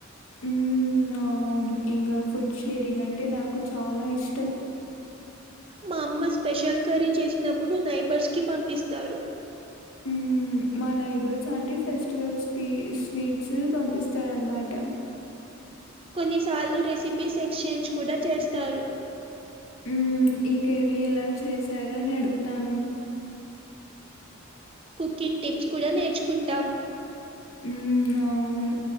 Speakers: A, on the left (about 80°); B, on the right (about 25°).
A: మ్మ్ అవును ఇంకా ఫుడ్ షేరింగ్ అంటే నాకు చాలా ఇష్టం
B: మా అమ్మ స్పెషల్ కర్రీ చేసీతప్పుడు నైబర్స్ కి పంపిస్తారు
A: మ్మ్ మా నైబర్స్ ఆంటీ ఫెస్టివల్స్ కి స్వీట్స్ పంపిస్తారనమాట
B: కొన్నిసార్లు రెసిపీస్ ఎక్స్చేంజ్ కూడా చేస్తారు
A: మ్మ్ ఈ కర్రీ ఎలా చేశార అని అడుగుతాం
B: కుకింగ్ టిప్స్ కూడా నేర్చుకుంటాం
A: మ్మ్ అవును